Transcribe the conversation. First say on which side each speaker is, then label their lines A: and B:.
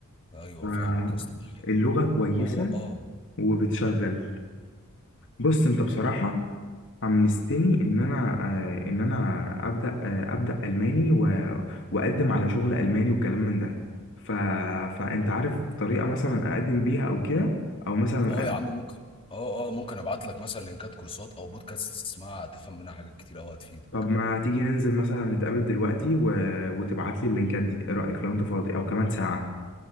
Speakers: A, on the left; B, on the left.
A: ايوه
B: ف-
A: فاهمك يا اسطى ده حقيقي
B: اللغة كويسة
A: هو اه
B: وبتشغل بص انت بصراحة حمستني ان انا آه، ان انا ابدا آه، ابدا الماني و- واقدم على شغل الماني وكلام من ده ف... فانت عارف طريقه مثلا اقدم بيها او كده او مثلا
A: اه يا عم ممكن اه اه ممكن ابعت لك مثلا لينكات كورسات او بودكاست تسمعها هتفهم منها حاجات كتير قوي هتفيدك
B: طب ما تيجي ننزل مثلا نتقابل دلوقتي و... وتبعت لي اللينكات دي ايه رأيك لو انت فاضي او كمان ساعة